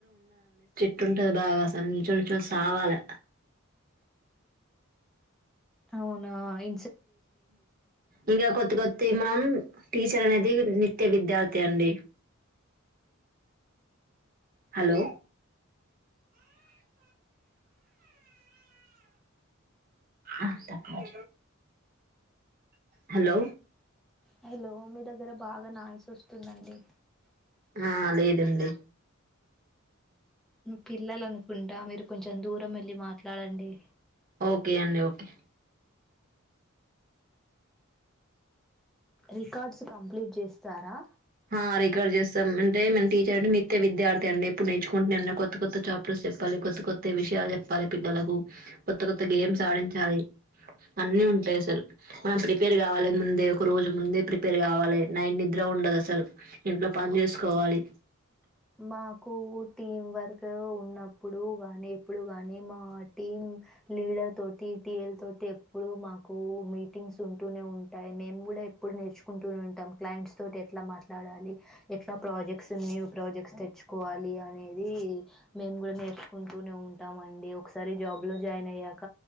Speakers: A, on the right; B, in the centre.
A: ట్ంటది బాగా అసలు నిలుచోని నిలుచోని సావాలే
B: అవునా ఇ
A: ఇంగ కొత్త కొత్తయ్ మనం టీచర్ అనేది ని త్య విద్యార్థి అండి హలో ఆ తప్ప హలో
B: హలో మీ దగ్గర బాగ నాయిస్ వస్తుందండి.
A: ఆ లేదండి.
B: నువ్ పిల్లలనుకుంటా మీరు కొంచెం దూరం వెళ్ళి మాట్లాడండి.
A: ఓకె అండి ఓకె.
B: రికార్డ్స్ కంప్లీట్ చేస్తారా?
A: హా రికార్డ్ చేస్ సమ్ అంటే మన టీచర్ అంటే, నిత్య విద్యార్థి అండి. ఎప్పుడు నేర్చుకుంటనే ఉన్న, కొత్త కొత్త చాప్టర్స్ చెప్పాలి కొత్త కొత్త విష యాలు చెప్పాలి పిల్లలకు. కొత్త కొత్త గేమ్స్ ఆడించాలి. అన్ని ఉంటాయి అసల్. మనం ప్రిపేర్ కావాలె. ముందే ఒక రోజు ముందే ప్రిపేర్ కావాలె. నైట్ ని ద్ర ఉండదు అసల్ ఇంట్లో పని చేసుకోవాలి.
B: మాకు టీం వర్క్ ఉన్నప్పుడు గాని, ఎప్పుడు గాని, మా టీం లీడర్ తోటి, టీఎల్ తోటి, ఎప్పుడు మాకు మీటింగ్స్ ఉంటూనే ఉంటాయి. మేము ఇప్పుడే ఎప్పుడు నేర్చుకుంటూనే ఉంటాం. క్లయింట్స్ తోటి ఎట్ల మాట్లాడాలి? ఎట్ల ప్రాజెక్ట్స్ అన్ని ప్రాజెక్ట్ తెచ్చుకోవాలి అనేది, మేము కూడ నేర్చుకుంటూనే ఉంటాం అండి. ఒకసారి జాబ్ జాబ్ లో జాయిన్ అయ్యాక,